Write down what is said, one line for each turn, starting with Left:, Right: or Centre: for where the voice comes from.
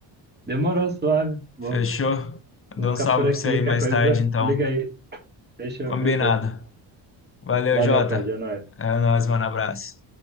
Right: Demorou, suave. Vou,
Left: Fechou? Dou
Right: vou ficar
Left: um salve
Right: por aqui.
Left: pra você aí
Right: Qualquer
Left: mais
Right: coisa,
Left: tarde, então.
Right: liga aí. Fechou,
Left: Combinado.
Right: fechou.
Left: Valeu,
Right: Valeu,
Left: Jota.
Right: Fred. É nóis.
Left: É nóis, mano. Abraço.